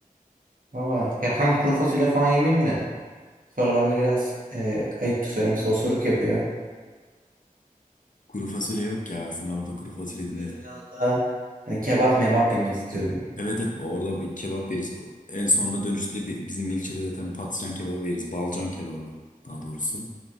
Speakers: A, on the right; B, on the left.
A: Valla yakan kuru fasulye falan yemeyeyim de. Sonra bende biraz e, ayıp da söylemesi osuruk yapıyor.
B: Kuru fasulye yok ya. Sana orada kuru fasulye yedirmeyiz.
A: Böyle biraz daha hani kebap mebap yemek istiyorum.
B: Evet evet orada bir kebap yeriz. En sonunda dönüşte de bi- bizim ilçede zaten patlıcan kebabı yeriz. Balcan kebabı daha doğrusu.